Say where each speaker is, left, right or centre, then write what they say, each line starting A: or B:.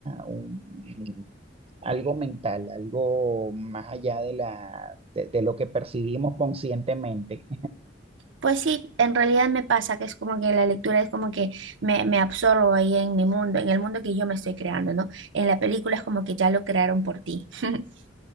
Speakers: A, on the right (about 30°); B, on the right (about 85°).
A: un, algo mental, algo más allá de la, de de lo que percibimos conscientemente.
B: Pues sí, en realidad me pasa que es como que la lectura es como que me, me absorbo ahí en mi mundo, en el mundo que yo me estoy creando, ¿no? En la película es como que ya lo crearon por ti. <laughs>